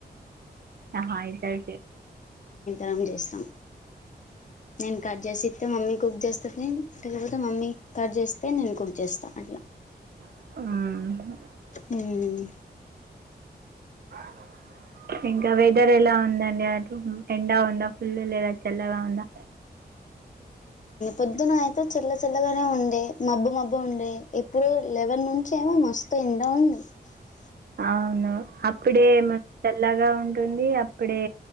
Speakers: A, on the right (about 70°); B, on the left (about 50°).
A: హాయిదాది
B: రం చేస్తాం నేను కట్ చేసి మమ్మీ కుక్ చేస్తంది లేకపోతే మమ్మీ కట్ చేస్తే నేను కుక్ చేస్తాను అట్లా
A: ఉహు
B: ఉమ్
A: <inaudible> ఇంకా వెదర్ ఎలా ఉందండి అటు ఎండా ఉందా ఫుల్ లేదా చల్లగా ఉందా
B: పొద్దున అయితే చిల్ల చిల్లగానే ఉంది మబ్బు మబ్బు ఉండే ఎప్పుడు లెవెన్ నుంచి ఏమో మస్తు ఎండా ఉంది అ
A: అవును అప్పుడే మ చల్లగా ఉం ఉంటుంది అప్పుడే